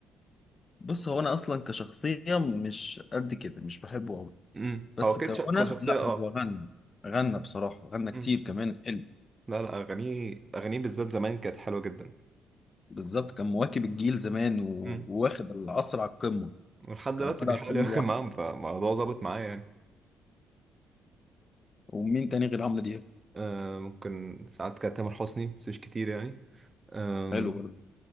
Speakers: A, on the left; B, on the right.
A: بص هو انا اصلا كشخصيه مش قد كده مش بحبه قوي
B: امم
A: بس
B: هو كده
A: كغنى
B: ش- كشخصية
A: لا
B: اه
A: هو غنى غنى بصراحه غنى كتير
B: امم
A: كمان حلو
B: لا لا أغانيه أغانيه بالذات زمان كانت حلوة جدا
A: بالظبط كان مواكب الجيل زمان و-
B: امم
A: وواخد العصر على القمه
B: ولحد دلوقتي
A: كان طالع
B: بيحاول
A: القمه
B: <laughs> يواكب
A: لوحده
B: معاهم فالموضوع ظابط معايا يعني
A: ومين تاني غير عمرو دياب
B: آه ممكن ساعات كانت تامر حسني بس مش كتير يعني آم
A: حلو برضه